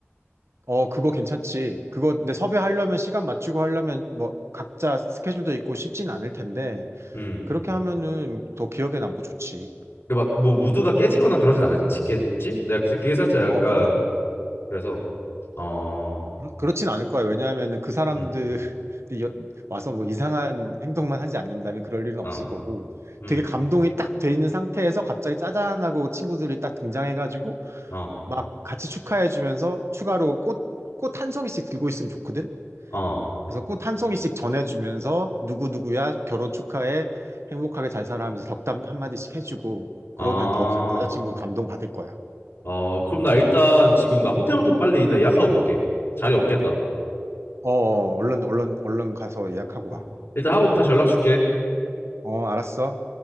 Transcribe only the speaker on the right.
어, 그거 괜찮지. 그거, 근데 섭외하려면 시간 맞추고 하려면 뭐 각자 스케줄도 있고 쉽진 않을 텐데,
그렇게 하면은 더 기억에 남고 좋지.
어, 그럼.
그- 그렇진 않을 거야. 왜냐하면은 그 사람들이
여- 와서 뭐 이상한 행동만 하지 않는다면 그럴 일은
없을 거고,
되게 감동이 딱 돼 있는 상태에서 갑자기 짜잔하고 친구들이 딱 등장해가지고
막 같이 축하해주면서 추가로 꽃, 꽃 한 송이씩 들고 있으면 좋거든?
그래서 꽃 한 송이씩 전해주면서 누구누구야 결혼 축하해 행복하게 잘 살아 하면서 덕담 한마디씩 해주고 그러면
더 감- 여자친구 감동받을 거야.
어, 어, 얼른 얼른 얼른 가서 예약하고
와.
어,
어, 알았어.